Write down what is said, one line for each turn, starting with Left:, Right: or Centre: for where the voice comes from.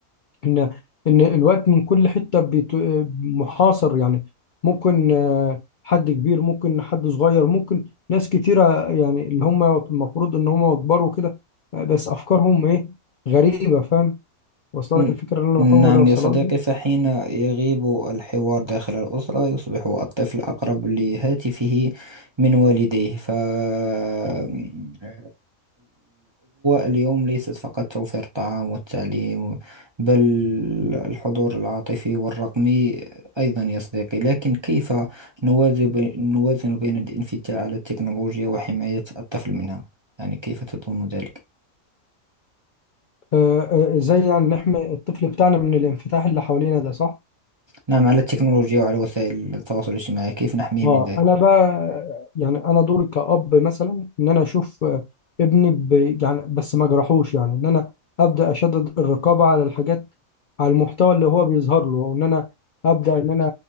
Left: ان ان الوقت من كل حته بيت- محاصر يعني ممكن آه، حد كبير ممكن حد صغير ممكن ناس كتيره يعني اللي هم المفروض ان هم يكبروا كده آه، بس افكارهم ايه غريبه فاهم واصله
Right: ن-
Left: لك الفكره اللي انا
Right: نعم
Left: بحاول اوصلها
Right: يا صديقي
Left: لك
Right: فحين يغيب الحوار داخل الأسرة يصبح الطفل أقرب لهاتفه من والديه فالأبوة اليوم ليست فقط توفير الطعام والتعليم بل الحضور العاطفي والرقمي أيضا يا صديقي لكن كيف نوازن بين نوازن بين الانفتاح على التكنولوجيا وحماية الطفل منها يعني كيف تظن ذلك؟
Left: آه، آه، زي يعني نحمي الطفل بتاعنا من الانفتاح اللي حوالينا ده صح
Right: نعم على التكنولوجيا وعلى وسائل التواصل الاجتماعي كيف نحميه
Left: اه
Right: من ذلك
Left: انا بقى يعني انا دوري كأب مثلا ان انا اشوف آه، ابني ب... يعني بس ما جرحوش يعني ان انا ابدا اشدد الرقابه على الحاجات على المحتوى اللي هو بيظهر له وان انا ابدا ان انا